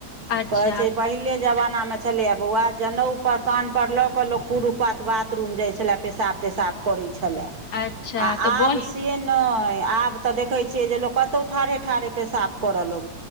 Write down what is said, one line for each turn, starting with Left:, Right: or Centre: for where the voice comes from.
Left: अच्छा
Right: कहै छै पहिले जमानामे बुझलियै बौआ जनउ पर कान पर लऽ के लोक कुरुख पास बाथरूम जाय छलै पेशाब तेसाब करै छलैय छलै
Left: अच्छा
Right: आ
Left: तऽ
Right: आब
Left: बहि
Right: से नहि आब तऽ देखै छियै जे लोक कतौ ठारे ठारे पेशाब करऽ लगै